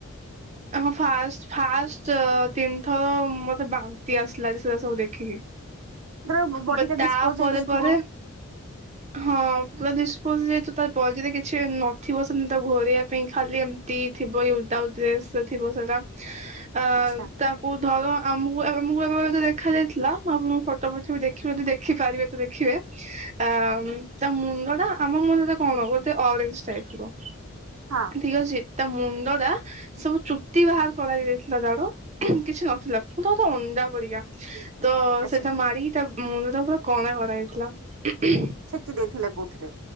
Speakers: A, on the right; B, on the right.
A: ଆ ହ ଫାଷ୍ଟ ଫାଷ୍ଟ ତିନି ଥର ମତେ ବାନ୍ତି ଆସିଲା ସେରା ସବୁ ଦେଖିକି
B: ଧର ବଡିଟା
A: ବ ତାପରେ
B: ଡିସପୋଜ ହେଇଯାଇଥିବ।
A: ପରେ ପରେ ହଁ ପୁରା ଦିସପୋଜ ଯେହତୁ ତାବଡିରେ କିଛି ନଥିବ ସେମିତା ଘୋରେଇବା ପାଇଁ ଖାଲି ଏମତି ଟି ଥିବ ୟୁଜ ଡେସ ଥିବ ସେଟା ଅ
B: ଆଚ୍ଛା
A: ତାକୁ ଧର ଆମକୁ ଆମକୁ ଏବେତ ଦେଖା ଯାଇଥିଲା ମୁଁ ଆପଣଙ୍କ ଫଟୋ ପଠେଇବି ଦେଖିବେ ଯଦି ଦେଖିପାରିବେତ ଦେଖିବେ
B: <inaudible>
A: ଆ ତା ମୁଣ୍ଡଟା ଆମ ମୁଣ୍ଡଟା କଣ ଗୋଟେ ଅରେଚ ଟାଇପର
B: ହଁ,
A: ଠିକ ଅଛି ତା ମୁଣ୍ଡଟା ସବୁ ଚୁଟି ବାହାର କରାଯାଇଥିଲା ତାର କିଛି
B: ହଁ
A: ନଥିଲା ପୁରାତ ଅଣ୍ଡା ପରିକା ତ
B: ଆଚ୍ଛା
A: ସେଟା ମାରିକ ତା ମୁଣ୍ଡଟା ପୁରା କଣା କରାଯାଇଥିଲା।
B: ଛେଚି ଦେଇଥିଲେ କଉଥିରେ